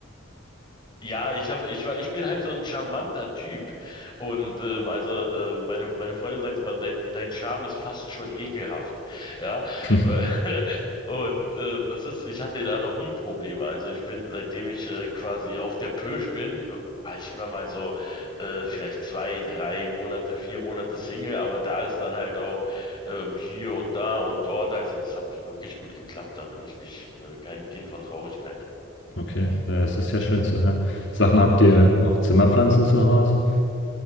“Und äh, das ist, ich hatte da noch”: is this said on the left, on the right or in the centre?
Left